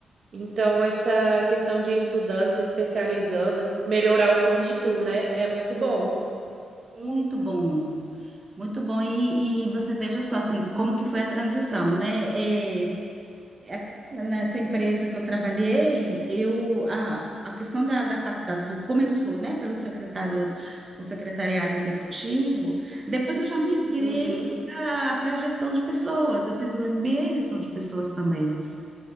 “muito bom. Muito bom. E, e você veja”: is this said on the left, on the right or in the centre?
Right